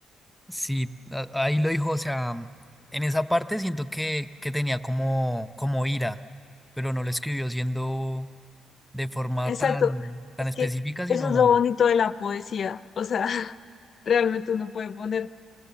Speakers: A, in the centre; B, on the left (about 50°).
A: Sí, a- ahí lo dijo, o sea, en esa parte siento que, que tenía como, como ira, pero no lo escribió siendo de forma
B: Exacto.
A: tan, tan
B: Es
A: específica,
B: que
A: sino,
B: eso es lo bonito de la poesía. O sea, <laughs> realmente uno puede poner